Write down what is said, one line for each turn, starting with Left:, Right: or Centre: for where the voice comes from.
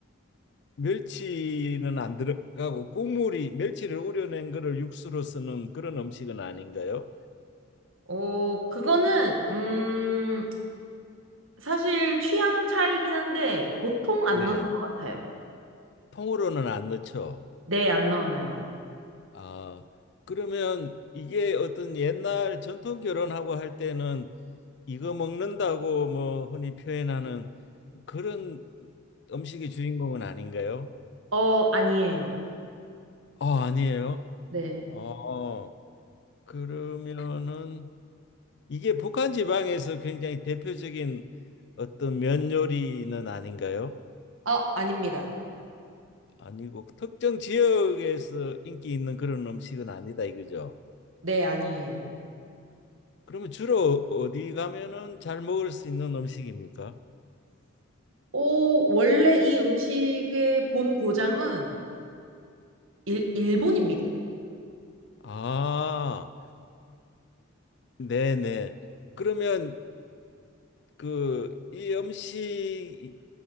Left: 멸치는 안 들어가고 국물이 멸치를 우려낸 거를 육수로 쓰는 그런 음식은 아닌가요?
Right: 어, 그거는, 음, 사실 취향 차이긴 한데 보통 안
Left: 네.
Right: 넣는 것 같아요.
Left: 통으로는 안 넣죠.
Right: 네, 안 넣어요.
Left: 아, 그러면 이게 어떤 옛날 전통 결혼하고 할 때는 이거 먹는다고 뭐 흔히 표현하는 그런 음식의 주인공은 아닌가요?
Right: 어, 아니에요.
Left: 아, 아니에요.
Right: 네.
Left: 어, 그러면은 이게 북한 지방에서 굉장히 대표적인 어떤 면 요리는 아닌가요?
Right: 아, 아닙니다.
Left: 아니고 특정 지역에서 인기 있는 그런 음식은 아니다 이거죠.
Right: 네, 아니에요.
Left: 그러면 주로 어디 가면은 잘 먹을 수 있는 음식입니까?
Right: 오, 원래 이 음식의 본 고장은 일, 일본입니다.
Left: 아, 네네. 그러면 그 이 음식이